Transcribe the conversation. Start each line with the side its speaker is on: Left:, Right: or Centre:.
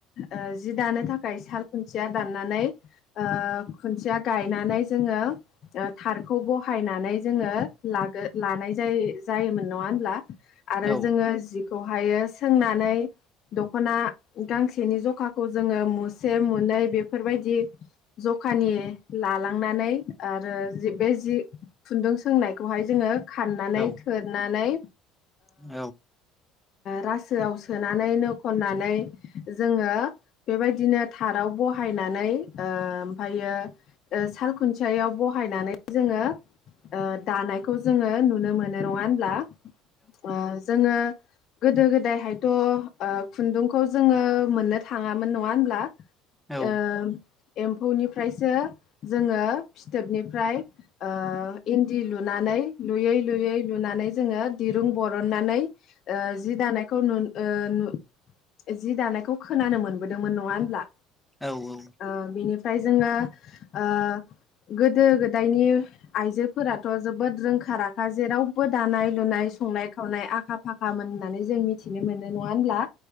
Left: ओ जि दानो थाखाय साल खुन्थिया दाननानै ओ खनसेया गायनानै जोङो ओ थारखौ बहायनानै जोङो लाग लानाय जायो जायोमोन नङा होनब्ला आरो
Centre: औ
Left: जोङो जिखौहाय सोंनानै दख'ना गांसेनि जखाखौ जोङो मुसे मनै बेफोरबायदि जखानि लालांनानै आरो बे जि खुन्दुं सोंनायखौहाय जोङो खाननानै
Centre: औ
Left: थोरनानै
Centre: औ
Left: रासोआव सोनानैनो खननानै जोङो बेबायदिनो थाराव बहायनानै ओ ओमफ्रायो साल खुन्थियायाव बहायनानै जोङो ओ दानायखौ जोङो नुनो मोनो नङा होनब्ला ओ जोङो गोदो गोदायहायथ'ओ खुन्दुंखौ जोङो मोननो थाङामोन नङा होनोमब्ला
Centre: औ
Left: ओ एम्फौनिफ्रायसो जोङो फिथोबनिफ्राय ओ इन्दि लुनानै लुयै लुयै लुनानै जोङो दिरुं बरननानै ओ जि दानायखौ नु ओ जि दानायखौ खोनानो मोनबोदोंमोन नङा होनोमब्ला
Centre: औ औ
Left: ओ बिनिफ्राय जोङो ओ गोदो गोदायनि आइजोफोराथ' जोबोद रोंखा राखा जेरावबो दानाय लुनाय संनाय खावनाय आखा फाखामोन होननानै जों मिथिनो मोनो नङा होनब्ला